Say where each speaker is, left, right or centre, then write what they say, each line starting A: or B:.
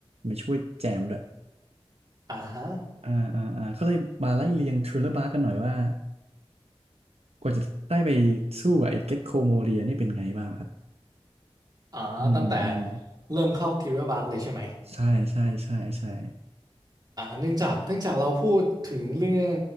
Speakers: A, on the right (about 85°); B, on the right (about 40°).
A: มาช่วยแจมด้วย
B: อ่าฮะ
A: อ่าอ่าอ่าก็เลยมาไล่เรียงทริลเลอร์บาร์กันหน่อยว่ากว่าจะได้ไปสู้กับไอ้เก็กโคโมเรียนี่เป็นไงบ้างครับ
B: อ่าตั้งแต่
A: อืมอืม
B: เริ่มเข้าทิวเ e อร์บาร์กเลยใช่ไหม
A: ใช่ใช่ใช่ใช่
B: อ่าเนื่องจากเนื่องจากเราพูดถึงเรื่อง